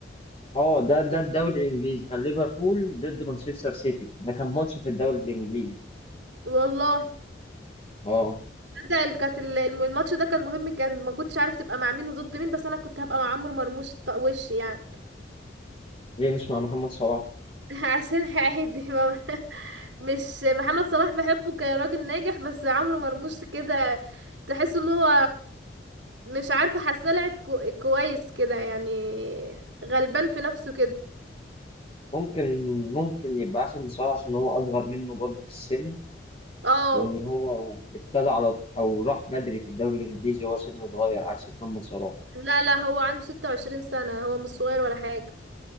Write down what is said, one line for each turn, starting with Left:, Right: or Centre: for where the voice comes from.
Left: اه ده ده الدوري الانجليزي كان ليفربول ضد مانشستر سيتي ده كان ماتش في الدوري الانجليزي
Right: والله
Left: اه
Right: ده كانت ال- الم- الماتش ده كان مهم كان ما كنتش عارف تبقى مع مين وضد مين بس انا كنت هبقى مع عمرو مرموش ط- وش يعني
Left: ليه مش مع محمد صلاح
Right: <laughs> عشان عادي ما- <laughs> مش محمد صلاح بحبه كراجل ناجح بس عمرو مرموش كده تحس ان هو مش عارفه حاسه لعب كو- كويس كده يعني غلبان في نفسه كده
Left: ممكن ممكن يبقى احسن من صلاح عشان هو اصغر منه برضه في السن
Right: اه
Left: وان هو ابتدى على او راح بدري في الدوري الانجليزي وهو سنه صغير عكس محمد صلاح
Right: لا لا هو عنده 26 سنة هو مش صغير ولا حاجة